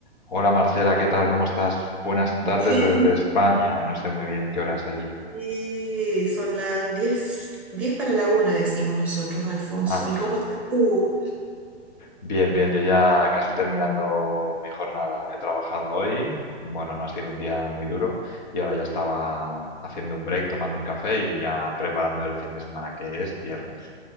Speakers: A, on the left; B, in the centre.
A: Hola Marcela, ¿qué tal? ¿Cómo estás? Buenas
B: Bien,
A: tardes desde España. No sé muy bien qué hora es allí.
B: sí, son las 10, 10 para la una, decimos nosotros, Alfonso.
A: Ah,
B: ¿Y cómo estás tú?
A: bien, bien. Yo ya casi terminando mi jornada. He trabajado hoy. Bueno, no ha sido un día muy duro y ahora ya estaba haciendo un break, tomando un café y ya preparando el fin de semana que es viernes.